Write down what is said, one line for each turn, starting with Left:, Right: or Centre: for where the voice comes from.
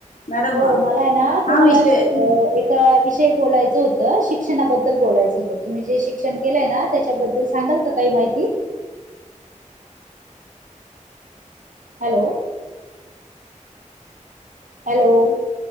Left: मॅडम
Right: हो मला आहे ना,
Left: हा
Right: तुम्हाला
Left: विषय
Right: अस
Left: तुम्ही
Right: एक. विषय बोलायचं होतं, शिक्षणाबद्दल बोलायचं होतं, तुम्ही जे शिक्षण केलंय ना त्याच्याबद्दल सांगाल का? काही माहिती. हॅलो. हॅलो,